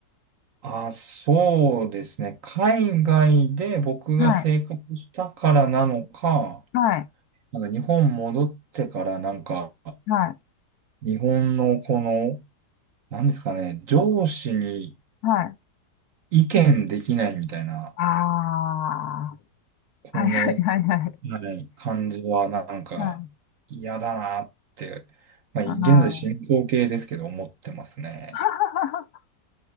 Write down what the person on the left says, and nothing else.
はい、はい、
はい、
はい。
ああ、
はい、はい、はい、はい。
はい、
あー
<laughs>